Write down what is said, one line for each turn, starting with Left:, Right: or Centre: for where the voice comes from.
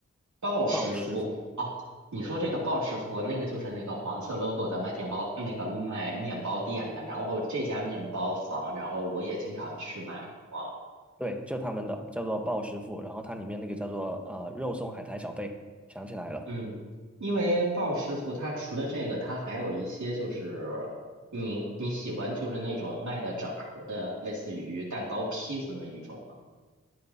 Right: 鲍师傅哦，
Centre: 鲍师傅。
Right: 你说这个鲍师傅，那个就是那个黄色 logo 的卖面包，那个卖面包店的。然后这家面包房，然后我也经常去买过。
Centre: 对，就他们的叫做鲍师傅，然后它里面那个叫做呃肉松海苔小贝，想起来了，
Right: 嗯，因为鲍师傅他除了这个，他还有一些就是你你喜欢就是那种卖的整盒的，类似于蛋糕、披子那一种吗？